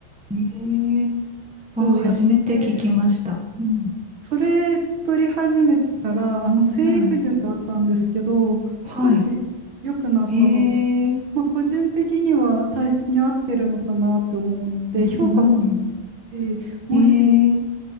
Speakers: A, in the centre; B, on the right (about 70°).
A: ええあ、
B: そうやつで、
A: 初めて聞きました。うん、
B: それ取り始めてから、あの生理不順があったんですけど、
A: うん、はい。
B: 少し良くなったので、
A: ええ
B: まあ、個人的には体質に合ってるのかなって思って、
A: うんうん。
B: 評価もいいし、もし
A: ええ